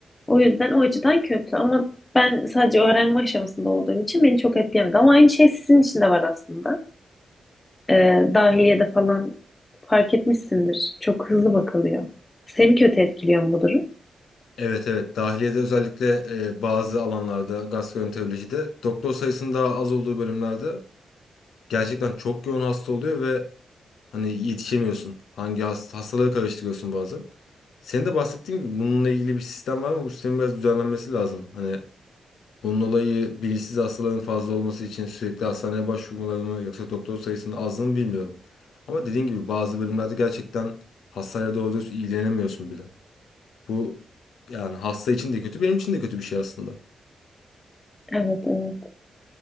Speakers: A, on the left; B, on the left.
A: O yüzden o açıdan kötü. Ama ben sadece öğrenme aşamasında olduğum için beni çok etkilemedi. Ama aynı şey sizin için de var aslında e, dahiliyede falan fark etmişsindir. Çok hızlı bakılıyor. Seni kötü etkiliyor mu bu durum?
B: Evet evet dahiliyede özellikle e, bazı alanlarda gastroenterolojide doktor sayısının daha az olduğu bölümlerde gerçekten çok yoğun hasta oluyor ve hani yetişemiyorsun. Hangi hast hastalığı karıştırıyorsun bazen. Senin de bahsettiğin gibi bununla ilgili bir sistem var ama bu sistemin biraz düzenlenmesi lazım. Hani bunun olayı bilinçsiz hastaların fazla olması için sürekli hastaneye başvurmaları mı yoksa doktor sayısının azlığını bilmiyorum. Ama dediğin gibi bazı bölümlerde gerçekten hastayla doğru düz ilgilenemiyorsun bile. Bu yani hasta için de kötü, benim için de kötü bir şey aslında.
A: Evet, evet.